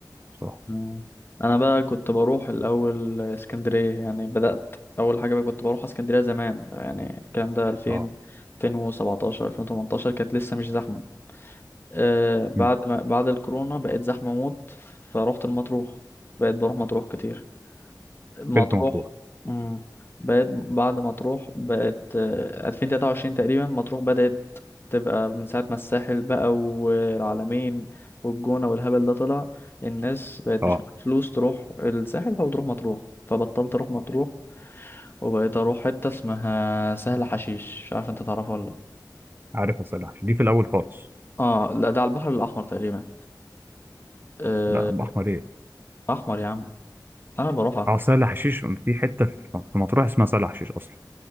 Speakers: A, on the right; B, on the left.
A: بصراحه
B: مم. انا بقى كنت بروح الاول اسكندريه يعني بدات اول حاجه بقى كنت بروح اسكندريه زمان يعني الكلام ده 2000
A: اه
B: 2017 2018 كانت لسه مش زحمه أه بعد
A: مم.
B: ما بعد الكورونا بقت زحمه موت فروحت المطروح بقيت بروح مطروح كتير مطروح
A: بنت مطروح
B: مم. بقت بعد مطروح بقت آه، 2023 تقريبا مطروح بدأت تبقى من ساعة ما الساحل بقى والعلمين والجونة والهبل ده طلع الناس بقت
A: اه
B: مش معاها فلوس تروح الساحل فبتروح مطروح فبطلت اروح مطروح وبقيت اروح حتة اسمها سهل حشيش مش عارف انت تعرفها ولا لا
A: عارف عسل حشيش دي في الاول خالص
B: اه لا ده على البحر الاحمر تقريبا آه،
A: لا بحمر ايه
B: احمر يا عم انا بروحها
A: اه سهل حشيش في حته في مطروح اسمها سهل حشيش اصلا